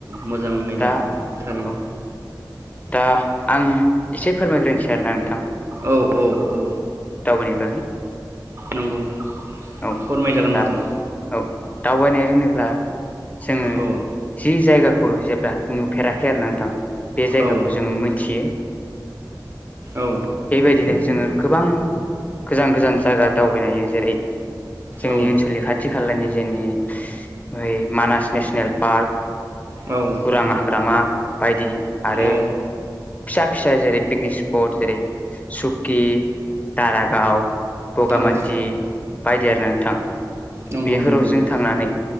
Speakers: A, on the right; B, on the left.
A: मोजां आयदाया
B: दा
A: थारैनो।
B: औ दा आं एसे फोरमायग्रोनोसै आरोना नोंथां।
A: औ औ औ।
B: दावबायनायनि बागै
A: नंगौ
B: औ
A: फोरमायजागोन
B: दा
A: नोंथां।
B: औ दावबायनाय होनोब्ला जोङो
A: औ
B: जि जायगा खौ जेब्ला नुफेराखै आरो ना नोंथां बे जायगाखौ
A: औ
B: जोङो मोनथियो।
A: औ
B: बेबायदिनो जोङो गोबां गोजान गोजान जायगा दावबायनो हायो जेरै जोंनि
A: औ
B: ओनसोलनि खाथि खालानि जोंनि ओइ मानास नेसनेल पार्क
A: औ
B: उरां हाग्रामा बायदि आरो
A: औ
B: फिसा फिसा जेरै पिकनिक स्पट जेरै सुकि दारागाव बगामाथि
A: औ
B: बायदि आरो नोंथां।
A: नंगौ
B: बेफोराव
A: नंगौ
B: जों
A: नंगौ
B: थांनानै